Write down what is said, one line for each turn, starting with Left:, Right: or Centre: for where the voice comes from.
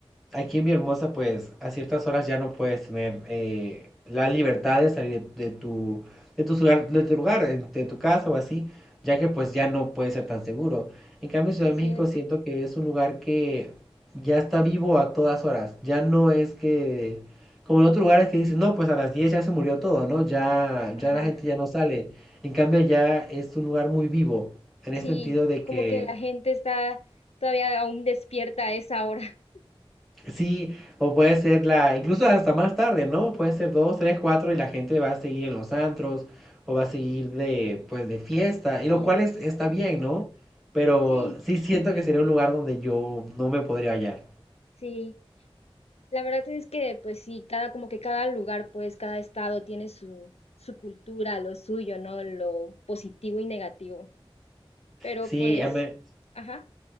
Centre: Aquí en Mi Hermosa, pues a ciertas horas ya no puedes tener eh, la libertad de salir de, de tu, de tu lugar, de tu lugar, eh, de tu casa o así, ya que pues ya no puede ser tan seguro. En cambio, Ciudad
Left: Así
Centre: de México
Left: es.
Centre: siento que es un lugar que ya está vivo a todas horas. Ya no es que, como en otros lugares que dicen, no, pues a las 10 ya se murió todo, ¿no? Ya,
Left: Ajá,
Centre: ya la gente ya no sale. En cambio, ya es un lugar muy vivo, en
Left: sí,
Centre: el sentido de
Left: como
Centre: que
Left: que la gente está todavía aún despierta a esa hora, <laughs>
Centre: Sí, o puede ser la, incluso hasta más tarde, ¿no? Puede ser dos, tres, cuatro y la gente va a seguir en los antros o va a seguir de, pues, de fiesta, y
Left: sí,
Centre: lo cual
Left: de
Centre: es,
Left: fiesta.
Centre: está bien, ¿no? Pero
Left: Sí,
Centre: sí siento que sería un lugar donde yo no me podría hallar.
Left: sí. La verdad es que, pues sí, cada, como que cada lugar, pues, cada estado tiene su, su cultura, lo suyo, ¿no? Lo positivo y negativo. Pero
Centre: Sí,
Left: pues,
Centre: a mí-
Left: ajá,